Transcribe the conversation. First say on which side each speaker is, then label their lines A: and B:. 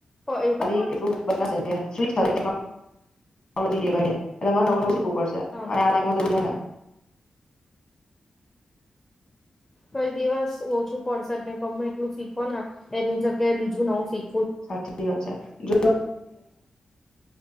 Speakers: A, on the left; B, on the left.
A: એ
B: ખાલી
A: તો પણ
B: એટલું
A: છે જ.
B: બદલા <unintelligible> હ દી ભાઈડે એ નવ ન
A: હા
B: ને
A: કઈ દિવસ ઓછું પડશેને ગમે એટલું શીખો ને એની જગ્યાએ બીજું નવું શીખ
B: <unintelligible> તમે કડકારી